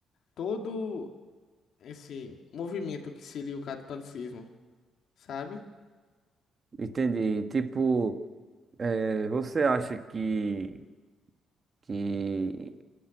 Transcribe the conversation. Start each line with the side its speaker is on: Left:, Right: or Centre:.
Left: todo esse movimento que seria o catolicismo, sabe?
Right: Entendi. Tipo, é, você acha que que